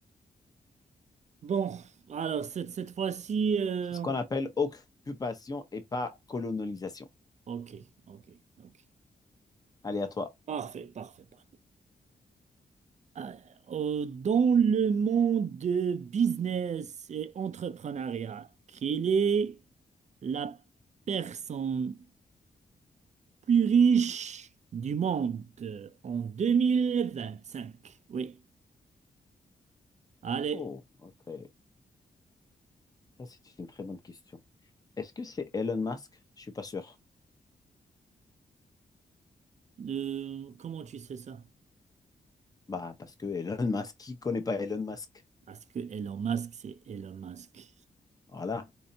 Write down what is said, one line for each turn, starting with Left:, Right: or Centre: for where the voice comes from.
Right: Bon, alors cette, cette fois-ci. euh,
Left: C'est ce qu'on appelle occupation et pas colonisation.
Right: Ok, ok, ok.
Left: Allez, à toi.
Right: Parfait, parfait, parfait. Ah, euh, dans le monde de business et entrepreneuriat, quelle est la personne plus riche du monde en 2025? Oui. Allez,
Left: Oh, ok. Ça, c'est une très bonne question. Est-ce que c'est Elon Musk? Je suis pas sûr.
Right: euh, comment tu sais ça?
Left: Bah, parce que Elon Musk, qui connaît pas Elon Musk?
Right: Parce que Elon Musk, c'est Elon Musk.
Left: Voilà.